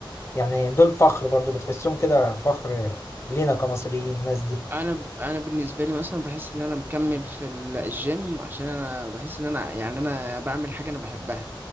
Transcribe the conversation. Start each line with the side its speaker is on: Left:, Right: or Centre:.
Left: يعني دول فخر برضه بتحسهم كده فخر لينا كمصريين الناس دي
Right: أنا أنا بالنسبة لي مثلا بحس إن أنا مكمل في ال- الجيم عشان أنا بحس إن أنا يعني أنا بعمل حاجة أنا بحبها